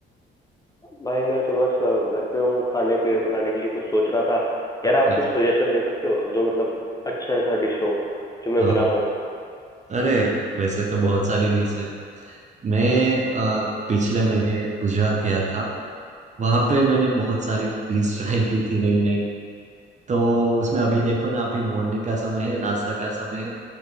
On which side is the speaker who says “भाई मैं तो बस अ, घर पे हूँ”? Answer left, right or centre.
Left